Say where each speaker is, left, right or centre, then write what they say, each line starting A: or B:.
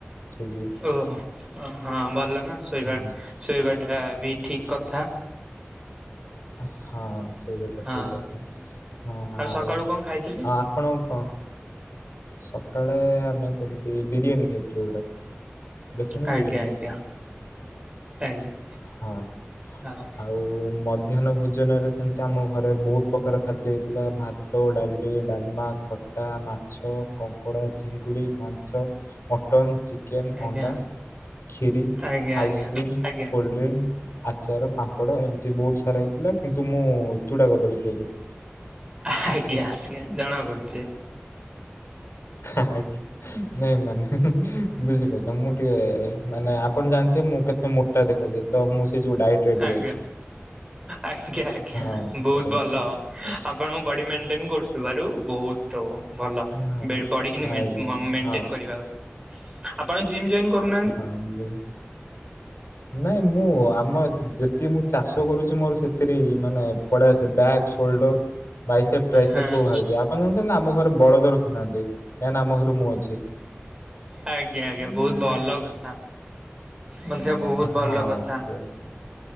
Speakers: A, on the left; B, on the right.
A: ସେଇ ଯୋଗୁ
B: ଓ ହୋ ହଁ ଭଲ ନା ଶୋଇବା
A: ଆଜ୍ଞା
B: ଶୋଇବାଟା ବି ଠିକ୍ କଥା।
A: ହଁ। ସେଇବି ଏଟା
B: ହଁ
A: ଠିକ କଥା ହଁ ଆଉ ଆଉ
B: ସକାଳୁ କଣ ଖାଇଥିଲେ?
A: ଆପଣଙ୍କୁ କଣ ସକାଳେ ଆମେ ସେମତି ବିରିୟାନୀ ଖାଇଥିଲୁ ଗୋଟେ। ବେସନ
B: ଆଜ୍ଞା
A: ବିରିୟାନୀ
B: ଆଜ୍ଞା
A: ଖାଇଥିଲୁ।
B: ଆଜ୍ଞା
A: ହଁ
B: ହଁ।
A: ଆଉ ମଧ୍ୟାହ୍ନ ଭୋଜନରେ ସେମିତି ଆମ ଘରେ ବହୁତ ପ୍ରକାର ଖାଦ୍ୟ ହେଇଥିଲା। ଭା ତ, ଡାଲି, ଡାଲମା, ଖଟା, ମାଛ, କଙ୍କଡ଼ା, ଚିଙ୍ଗୁଡ଼ି, ମାଂସ ମଟନ୍, ଚିକେନ୍,
B: ଆଜ୍ଞା
A: ଅଣ୍ଡା, ଖିରି,
B: ଆଜ୍ଞା ଆଜ୍ଞା
A: ଆଇସ୍କ୍ରିମ୍
B: ଆଜ୍ଞା
A: <unintelligible> ଆଚାର, ପାମ୍ପଡ ଏମିତି ବହୁତ ସାରା ହେଇଥିଲା କିନ୍ତୁ ମୁଁ ଚୁଡା, କଦଳୀ ଖାଇଲି।
B: ଆଜ୍ଞା, ଆଜ୍ଞା ଜଣାପଡୁଚି।
A: ଆଜ୍ଞି। ନାଇଁ ମାନେ ବୁଝିପାରୁଛ ମୁଁ ଟିକେ ମାନେ ଆପଣ ଜାଣିଥିବେ ମୁଁ କେତେ ମୋଟା ଦେଖାଯାଉ ତ ମୁଁ ସେ ଯୋଉ ଡାଇଏଟ୍ ରେ ଟିକେ
B: ଆଜ୍ଞା
A: ଅଛି।
B: ଆଜ୍ଞା, ଆଜ୍ଞା
A: ହଁ
B: ବହୁତ
A: ପେଟ
B: ଭଲ। ଆପଣଙ୍କ ବଡି ମେଣ୍ଟେନ କରୁଥୁବାରୁ ବହୁତ ତ ଭଲ,
A: ହଁ
B: ବେଡ଼ ବଡ଼ି କିିନି ମେନ୍
A: ଆଜ୍ଞା
B: ମ- ମେଣ୍ଟେନ
A: ହଁ
B: କରିବା କଥା। ଆପଣ ଜିମ୍ ଜଏନ୍ କରୁନାହାନ୍ତି।
A: ଆମ୍ବେସ୍ ନାଇଁ, ମୁଁ ଆମ ଯେତିକି ମୁଁ ଚାଷ କରୁଛି ମୋର ସେଥିରେହୀ ମାନେ ପଳେ ଆସେ ବ୍ୟାଗ ସୋଲ୍ଡର ବାଇସେପ୍ ପ୍ରାଇସେପ୍
B: ହଁ
A: ସବୁ ବାହାରିଯାଏ, ଆପଣ ଜାଣିଛନ୍ତି ନା ଆମ ଘରେ ବଳଦ ରଖି ନାହାନ୍ତି, କାହିଁକି ନା ଆମ ଘରୁ ମୁଁ ଅଛି।
B: ଆଜ୍ଞା, ଆଜ୍ଞା, ବହୁତ ଭଲ କଥା ମଧ୍ୟ୍ୟ ବହୁତ ଭଲ
A: ହଁ
B: କଥା।
A: ସେ